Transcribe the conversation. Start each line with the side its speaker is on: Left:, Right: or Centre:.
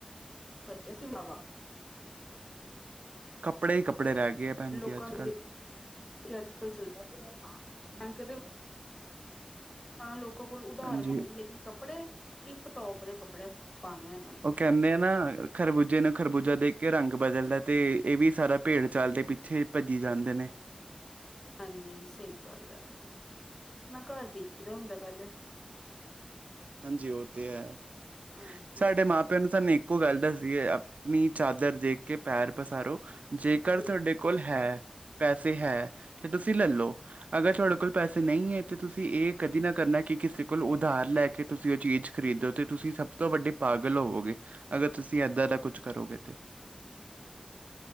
Left: ਖਰਚਾ ਸੀ ਨਵਾਂ
Right: ਕੱਪੜੇ ਹੀ ਕੱਪੜੇ ਰਹਿ ਗਏ ਐ ਭੈਣਜੀ
Left: ਲੋਕਾਂ
Right: ਅੱਜ
Left: ਨੂੰ
Right: ਕੱਲ੍ਹ
Left: ਦੇਖ ਅੱਜ ਕੱਲ ਚੱਲਦਾ ਪਿਆ ਹਾਂ ਬੈਂਕ ਦੇ ਤਾਂ ਲੋਕਾਂ ਕੋਲ ਉਧਾਰ
Right: ਹਾਂਜੀ
Left: ਮੰਗਣੇ ਲੇਕਿਨ ਕੱਪੜੇ ਟਿੱਪ- ਟੋਪ ਦੇ ਕੱਪੜੇ ਪਾਣੇ ਇਨ੍ਹਾਂ ਨੇ
Right: ਓ ਕਹਿੰਦੇ ਆ ਨਾ ਖਰਬੂਜੇ ਨੂੰ ਖਰਬੂਜਾ ਦੇਖ ਕੇ ਰੰਗ ਬਦਲਦਾ ਤੇ ਇਹ ਵੀ ਸਾਰਾ ਭੇੜ- ਚਾਲ ਦੇ ਪਿੱਛੇ ਭੱਜੀ ਜਾਂਦੇ ਨੇ
Left: ਹਾਂਜੀ ਸਹੀ ਗੱਲ ਹੈ ਅਪਨਾ ਘਰ ਦੇਖੀ ਦਾ ਹੁੰਦਾ ਪਹਿਲੇ
Right: ਹਾਂਜੀ ਉਹ ਤੇ ਹੈ
Left: ਹਾਂਜੀ
Right: ਸਾਡੇ ਮਾਂ ਪਿਓ ਨੇ ਸਾਨੂੰ ਇੱਕੋ ਗੱਲ ਦੱਸੀ ਹੈ ਆਪਣੀ ਚਾਦਰ ਦੇਖ ਕੇ ਪੈਰ ਪਸਾਰੋ ਜੇਕਰ
Left: ਬਿਲਕੁਲ
Right: ਤੁਹਾਡੇ ਕੋਲ ਹੈ ਪੈਸੇ ਹੈ ਤੇ ਤੁਸੀਂ ਲੈਲੋ ਅਗਰ ਤੁਹਾਡੇ ਕੋਲ ਪੈਸੇ ਨਹੀਂ ਹੈ ਤੇ ਤੁਸੀਂ ਇਹ ਕਦੇ ਨਾ ਕਰਨਾ ਕਿ ਕਿਸੇ ਕੋਲ ਉਧਾਰ ਲੈ ਕੇ ਕਿ ਤੁਸੀਂ ਉਹ ਚੀਜ਼ ਖਰੀਦੋ ਤੇ ਤੁਸੀਂ ਸਭ ਤੋਂ ਵੱਡੇ ਪਾਗਲ ਹੋਵੋਗੇ ਅਗਰ ਤੁਸੀਂ ਇੱਦਾਂ ਦਾ ਕੁਛ ਕਰੋਗੇ ਤੇ